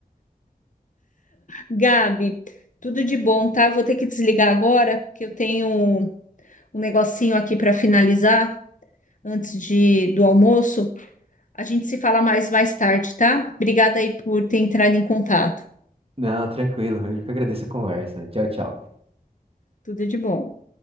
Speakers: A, on the left (about 55°); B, on the right (about 35°).
A: Gabi, tudo de bom, tá? Eu Vou ter que desligar agora, porque eu tenho um negocinho aqui para finalizar antes de, do almoço. A gente se fala mais mais tarde, tá? Obrigada aí por ter entrado em contato.
B: Não, tranquilo. Eu que agradeço a conversa. Tchau, tchau.
A: Tudo de bom.